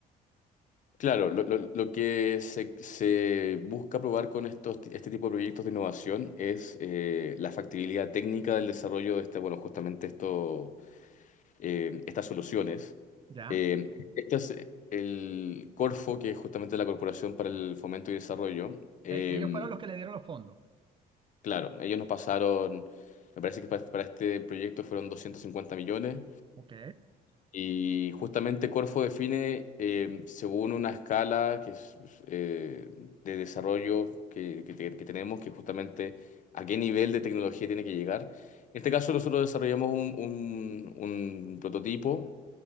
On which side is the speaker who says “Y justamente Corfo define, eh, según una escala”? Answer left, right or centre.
Left